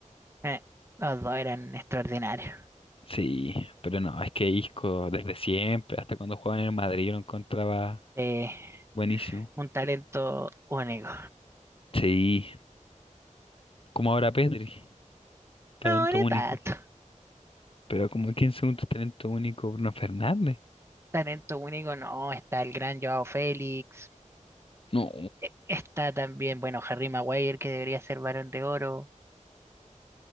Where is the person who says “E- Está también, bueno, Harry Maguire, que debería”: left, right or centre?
Right